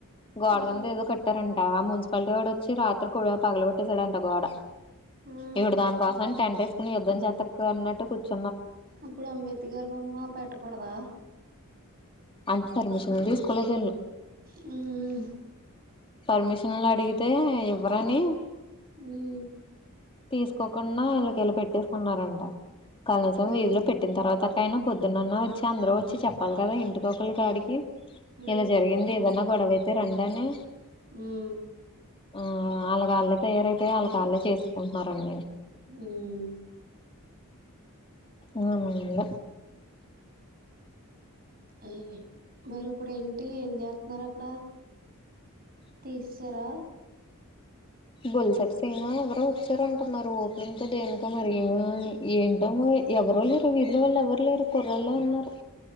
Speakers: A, on the left (about 25°); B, on the right (about 40°).
A: గోడ
B: మ్మ్
A: కింద ఏదో కట్టారంట ఆ మున్సిపాలిటీ వాడు వచ్చి రాత్రి కూడా తగబెట్టేసాడు అంట గోడ
B: మ్మ్
A: ఇప్పుడు దానికోసం అని టెంట్ ఎస్కొని యుద్ధం చేతకు అన్నట్టు కూర్చు
B: ఈప్పుడు అంబేద్కర్ బొమ్మ పెట్టకూడదా
A: అంటే పర్మిషన్ తీసుకోలేదు ఇల్లు
B: హుమ్మ్
A: పర్మిషన్లు అడిగితే ఇవ్వరని
B: మ్మ్
A: తీసుకోకుండా ఇళ్ల ఇళ్లకే పెట్టేసుకున్నారంట కనీసం వీధిలో
B: అయ్
A: పెట్టిన తర్వాత పైనా పొద్దున్నన్న వచ్చి అందరు వచ్చి చెప్పాలి కదా ఇంటికొకళ్ళ కాడికి
B: మ్మ్
A: ఇలా జరిగింది ఏదన్నా గొడవైతే రండని
B: హమ్
A: ఆ అలా అలాకే తయారైతె అలా అలాకే చేసుకుంటున్నారండి
B: హమ్
A: హమ్ ఏందో
B: ఆయే మరి ఇప్పుడు ఇంటికి ఏం చేతనార్ అక్కడ
A: అ
B: తీస్సేరా
A: బొల్సెట్ సీనా ఎవరో వచ్చారంటున్నారు ఓపెన్ కి దేనికో మరి ఏవేవో ఏంటో మరి ఎవరూ లేరు వీధుల వాళ్ళు ఎవరు లేరు కుర్రలే ఉన్నారు